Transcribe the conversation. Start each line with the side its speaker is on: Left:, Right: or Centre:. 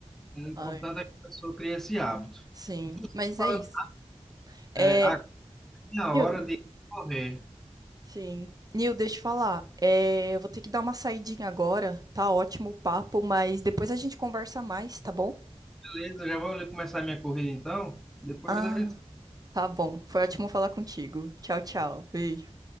Centre: o importante
Right: Ai,
Centre: é que a pessoa crie esse hábito.
Right: sim,
Centre: Inclusive,
Right: mas
Centre: falando,
Right: é isso. É,
Centre: é, a, a
Right: Nil,
Centre: hora de correr.
Right: sim. Nil, deixa eu falar. É, eu vou ter que dar uma saidinha agora. Tá ótimo o papo, mas depois a gente conversa mais, tá bom?
Centre: Beleza, já vou começar a minha corrida então. Depois
Right: Ah,
Centre: a gente.
Right: tá bom. Foi ótimo falar contigo. Tchau, tchau. Beijo.